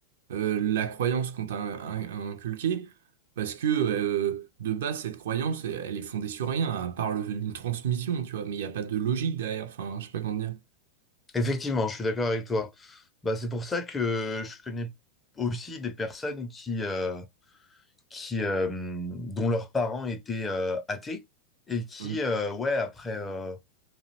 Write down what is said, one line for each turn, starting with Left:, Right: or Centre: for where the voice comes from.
Right: euh, la croyance qu'on t'a in- in- inculquée, parce que euh, de base, cette croyance, elle, elle est fondée sur rien, à part le- une transmission, tu vois, mais il n'y a pas de logique derrière, enfin, je sais pas comment dire.
Left: Effectivement, je suis d'accord avec toi. Bah, c'est pour ça que je connais aussi des personnes qui, euh, qui, euh, dont leurs parents étaient euh, athées et qui,
Right: Ouais.
Left: euh, ouais, après, euh,